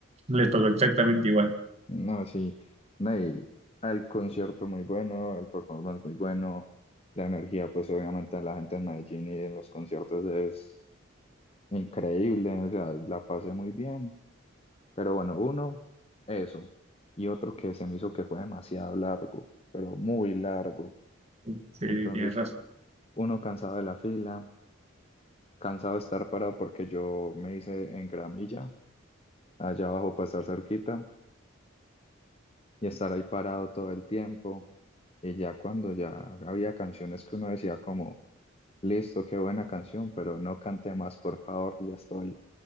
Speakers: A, on the right; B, on the left.
A: Les pasó exactamente igual.
B: no, sí, no, y el concierto muy bueno, el performance muy bueno, la energía pues obviamente de la gente en Medellín y en los conciertos es Increíble, o sea, la pasé muy bien, pero bueno, uno, eso, y otro que se me hizo que fue demasiado largo, pero muy largo.
A: Sí, sí,
B: Entonces,
A: tienes razón.
B: uno cansado de la fila, cansado de estar parado porque yo me hice en gramilla, allá abajo para estar cerquita, y estar ahí parado todo el tiempo. Y ya cuando ya había canciones que uno decía como, listo, qué buena canción, pero no cante más, por favor, ya estoy.